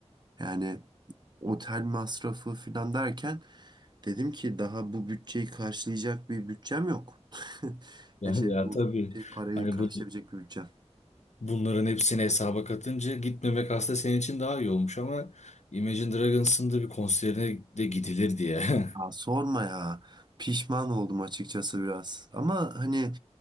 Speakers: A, on the right; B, on the left.
A: Yani otel masrafı falan derken dedim ki daha bu bütçeyi karşılayacak bir bütçem yok. <laughs>
B: Ya,
A: Ya şey
B: ya
A: bu
B: tabii.
A: şey parayı
B: Hani
A: karşılayabilecek
B: bu
A: bir bütçem.
B: bunların hepsini hesaba katınca gitmemek aslında senin için daha iyi olmuş ama Imagine Dragons'ın da bir konserine de gidilir diye. <laughs>
A: Ya sorma ya. Pişman oldum açıkçası biraz. Ama hani